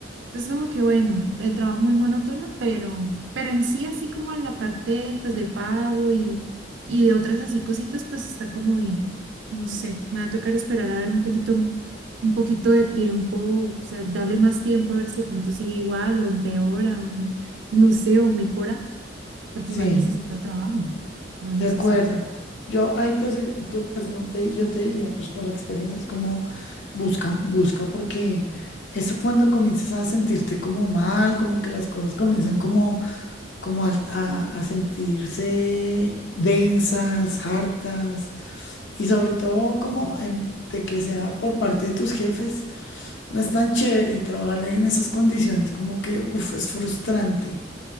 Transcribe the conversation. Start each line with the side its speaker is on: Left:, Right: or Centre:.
Right: es como que bueno, el trabajo muy monótono, pero, pero en sí así como en la parte pues de pago y, y de otras así cositas, pues está como bien. No sé, me va a tocar esperar a ver un poquito, un poquito de tiempo, o sea, darle más tiempo a ver si de pronto sigue igual o empeora, o, <laughs> no sé, o mejora, porque
Left: Sí,
Right: igual necesito el trabajo, lo necesito.
Left: de acuerdo. Yo ahí te, asegu- yo, pues, no te- yo te diría, pues por la experiencia, es como busca, busca, porque eso cuando comienzas a sentirte como mal, como que las cosas comienzan como, como al- a, a sentirse densas, hartas. Y sobre todo como
Right: Sí,
Left: en, de que sea por parte de tus jefes, no es tan chévere y trabajar en esas condiciones como que, uff, es frustrante.